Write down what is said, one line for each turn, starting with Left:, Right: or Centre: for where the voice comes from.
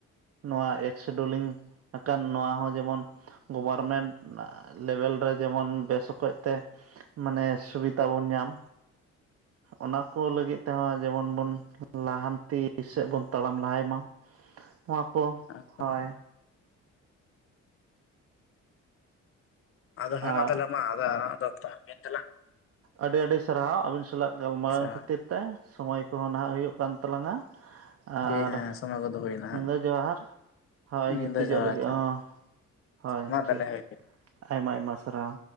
Right: ᱱᱚᱣᱟ ᱮᱠᱥᱤᱰᱩᱞᱤᱝ ᱟᱠᱟᱱ ᱱᱚᱣᱟ ᱦᱚᱸ ᱡᱮᱢᱚᱱ ᱜᱚᱵᱷᱚᱨᱢᱮᱱᱴ ᱞᱮᱵᱮᱞ ᱨᱮ ᱡᱮᱢᱚᱱ ᱵᱮᱥ ᱚᱠᱚᱡ ᱛᱮ ᱢᱟᱱᱮ ᱥᱩᱵᱤᱫᱟ ᱵᱚᱱ ᱧᱟᱢ ᱚᱱᱟ ᱠᱚ ᱞᱟᱹᱜᱤᱫ ᱛᱮᱦᱚᱸ ᱡᱮᱢᱚᱱ ᱵᱚᱱ ᱞᱟᱦᱟᱱᱛᱤ ᱥᱮᱫ ᱵᱚᱱ ᱛᱟᱲᱟᱢ ᱞᱟᱦᱟᱭ ᱢᱟ ᱱᱚᱣᱟ ᱠᱚ
Left: ᱮᱠᱫᱚᱢ
Right: ᱦᱚᱭ
Left: ᱟᱫᱚ ᱦᱮᱸ
Right: ᱟᱨ
Left: ᱢᱟ ᱛᱟᱦᱚᱞᱮ ᱢᱟ ᱟᱫᱚ ᱟᱨ ᱫᱚ ᱚᱠᱛᱚ ᱢᱟ ᱦᱩᱭᱮᱱ ᱛᱟᱞᱟᱝ
Right: ᱟᱹᱰᱤ ᱟᱹᱰᱤ ᱥᱟᱨᱦᱟᱣ ᱟᱹᱵᱤᱱ ᱥᱟᱞᱟᱜ ᱜᱟᱞᱢᱟᱨᱟᱣᱮᱱ
Left: ᱟᱪᱪᱷᱟ
Right: ᱠᱷᱟᱹᱛᱤᱨ ᱛᱮ ᱥᱚᱢᱚᱭ ᱠᱚᱦᱚᱸ ᱱᱟᱦᱟᱜ ᱦᱩᱭᱩᱜ ᱠᱟᱱ ᱛᱟᱞᱟᱝ-ᱟ ᱟᱨ
Left: ᱦᱮᱸ ᱦᱮᱸ ᱥᱚᱢᱚᱭ ᱠᱚᱫᱚ ᱦᱩᱭᱱᱟ
Right: ᱧᱤᱫᱟᱹ
Left: ᱦᱟᱸᱜ
Right: ᱡᱚᱦᱟᱨ ᱦᱚᱭ
Left: ᱱᱤᱛ
Right: ᱜᱤᱛᱤᱡᱚᱜ
Left: ᱫᱚ ᱡᱚᱦᱟᱨ
Right: ᱞᱟᱹᱜᱤᱫ
Left: ᱟᱪᱪᱷᱟ
Right: ᱦᱚᱸ ᱦᱳᱭ
Left: ᱢᱟ
Right: ᱴᱷᱤᱠ
Left: ᱛᱟᱦᱞᱮ ᱦᱚᱭ
Right: ᱟᱭᱢᱟ ᱟᱭᱢᱟ ᱥᱟᱨᱦᱟᱣ